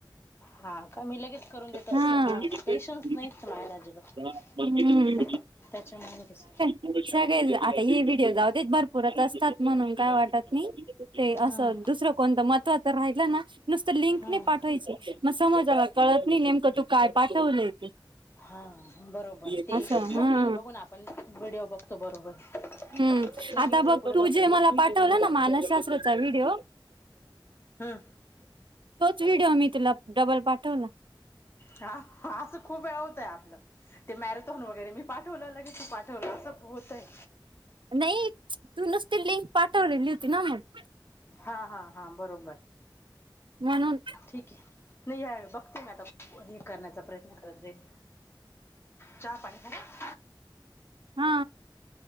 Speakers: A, on the left; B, on the right.
A: हा का मी लगेच करून देत असते
B: हा
A: मा पेशन्स नाहीत माझ्याकड अजिबात
B: हम्म
A: त्याच्यामुळे कस
B: चालेल आता हे व्हिडिओ जाऊतेच भरपूरच असतात म्हणून काय वाटत नाही. ते
A: हम्म
B: असं दुसरं कोणतं महत्त्व तर राहिलं ना नुसतं लिंक
A: हम्म
B: नाही पाठवायची. मग समजाला कळत नाही नेमकं तू काय पाठवलय.
A: हा बरोबर
B: अच्छा
A: ते
B: हा
A: थमनेल बघून आपण व्हिडिओ बघतो बरोबर
B: हम्म
A: नाही
B: आता
A: मी इथून
B: बघ
A: पुढे
B: तु
A: बघते
B: जे मला पाठ मानसशास्त्राचा व्हिडिओ
A: हम्म
B: तो ते व्हिडिओ मी तुला डबल पाठवल
A: हा असं खूप वेळा होतय आपलं ते मॅरेथॉन वगैरे मी पाठवलं लगेच तू पाठवलं असं होतय.
B: नाही तूूनच त लिंक पाठवलेली होती ना मग
A: हा हा हा बरोबर
B: म्हणून
A: ठीक आहे नाही यावेळ बघते मी आता हे करण्याचा प्रयत्न करत जाई चहा पाणी घ ना
B: हा